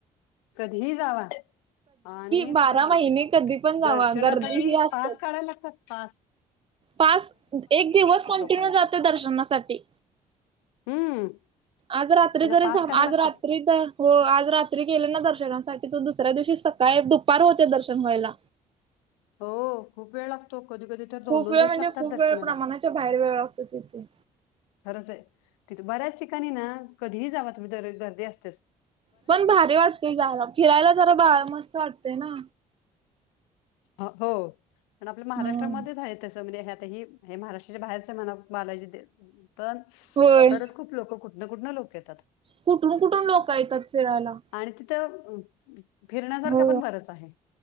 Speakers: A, on the left; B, on the right.
A: कधीही जावा आणि
B: बारा
A: तथ
B: महिने कधी पण जावा
A: दर्शनासाठी
B: गर्दी ही असतात.
A: पाच काढय लागतात पा
B: पाच एक दिवस कंटिन्यू
A: लोकांना
B: जाते दर्शनासाठी
A: हम्म
B: आज रात्री
A: त्यांना
B: जरी
A: पास काढायला
B: आज
A: लागतात
B: रात्री तर हो आज रात्री गेले ना दर्शनासाठी तो दुसऱ्या दिवशी सकाळी दुपार होते दर्शन व्हायला
A: हो खूप वेळ लागतो कधी कधी तर
B: खूप
A: दोन दोन
B: वेळ
A: दिवस
B: म्हणजे
A: लागतात
B: खूप
A: दर्शनाला
B: वेळ प्रमाणाच्या बाहेर वेळ लागतो तिथे.
A: खरंच आहे तिथे बऱ्याच ठिकाणी ना कधीही जावा तुम्ही तर गर्दी असतेस
B: पण भारी वाटते जाला फिरायला जरा बा मस्त वाटते ना
A: हो पण आपल्या महाराष्ट्रामध्येच
B: हम्म
A: आहे हे महाराष्ट्राच्या बाहेर म्ह बालाजी पण
B: होय.
A: खरच खूप लोकं कुठन कुठं लोक येतात
B: कुठून कुठून लोक येतात फिरायला
A: आणि तिथं फिरण्यासारखं
B: हो
A: पण बरंच आहे